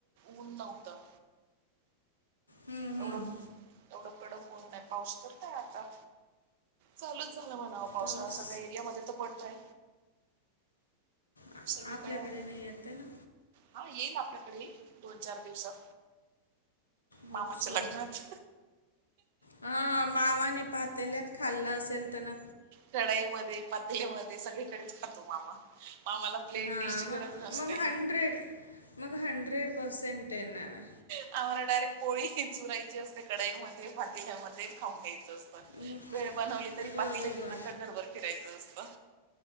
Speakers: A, on the right; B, on the left.
A: ऊन नव्हतं.
B: हम्म.
A: एवढं
B: हम्म.
A: एवढं कडक होऊन नाही पाऊस तर काय आता. चालूच झालं म्हणा पावसाळा
B: पाऊस
A: सगळ्या एरिया मध्ये तर पडतोय.
B: आ-
A: सगळीकडे
B: आपल्याकडे
A: आहे.
B: नाही येते ना
A: हा येईल आपल्याकडे दोन चार दिवसात.
B: होप
A: मामाच्या
B: सो
A: लग्नात?.
B: हा मामाने पहातेल्यात खाल्लं असेल तर ना
A: टढाईमध्ये पण. ते म सगळीकडेच खातो मामा मामाला. प्लेट
B: हा
A: डिश
B: मग
A: गरज नसते.
B: मग हंड्रेड मग हंड्रेड पर्सेंट येणार
A: आम्हाला डायरेक्ट पोळी चुरायची असते कढाई मध्ये पातीला मध्ये खाऊन घ्यायच असते.
B: मग-
A: भेळ बनवली तरी
B: बरोबर
A: पातीला घेऊ नका घरबर फिरायचं असतं.